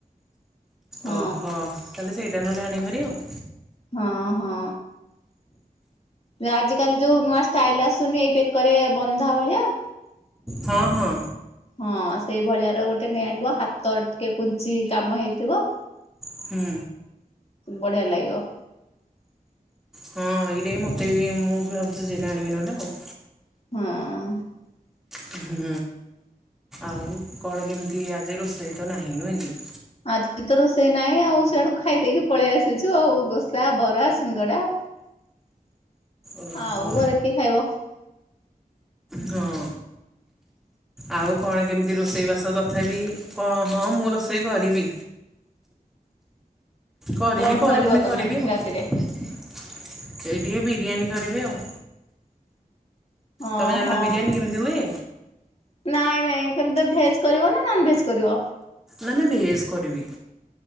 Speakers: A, on the left; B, in the centre.
A: ହଁ।
B: ଓହୋ ତାହେଲେ ସେଇଟା ନହେଲେ ଆଣିବି ଭାରି ଆଉ।
A: ହଁ ହଁ ଆଜିକାଲି ଯୋଉ ନୂଆ ଷ୍ଟାଇଲ ଆସୁନି ଏଇ ବେକରେ ବନ୍ଧା ଭଳିଆ
B: ହଁ ହଁ
A: ହଁ ସେଇଭଳିଆ ର ଗୋଟେ ନେଇ ଆଣିବ ହାତ ଟିକେ କୁଞ୍ଚି କାମ ହେଇଥିବ।
B: ହୁଁ
A: ବଢିଆ ଲାଗିବ
B: ହଁ ଏଇଟା ମତେ ବି ମୁଁ ବି ଭାବୁଛି ସେଇଟା ଆଣିବି ନହେଲେ ଆଉ।
A: ହଁ
B: ହୁଁ ଆଉ କଣ କେମିତି ଆଜି ରୋଷେଇ ତ ନାହିଁ ନୁହେଁ କି।
A: ଆଜି ତ ରୋଷେଇ ନାହିଁ ଆଉ ସେଆଡୁ ଖାଇ ଦେଇେଇକି ପଳେଇ ଆସିଛୁ ଆଉ ଦୋସା ବରା ସିଙ୍ଗଡା।
B: ଓହୋ
A: ଆଉ ଘରେ କିଏ ଖାଇବ।
B: ହଁ। ଆଉ କଣ କେମିତି ରୋଷେଇ ବାସ ତ ତଥାବି କଣ କଣ ମୁଁ ରୋଷେଇ କରିବି। କରିନି
A: କଣ
B: ପରେ
A: କରିବ
B: ପୁଣି
A: ତମେ
B: କରିବି ଆଉ।
A: ରାତିରେ
B: ଏଇ ଟିକେ ବିରିୟାନୀ କରିବି ଆଉ।
A: ଓହୋ
B: ତମେ ଜାଣିନ ବିରିୟାନୀ କେମିତି ହୁଏ।
A: ନାଇଁ ନାଇଁ କେମିତି ଭେଜ୍ କରିବ ନା ନନ ଭେଜ୍ କରିବ?
B: ନା ନା ଭେଜ୍ କରିବି।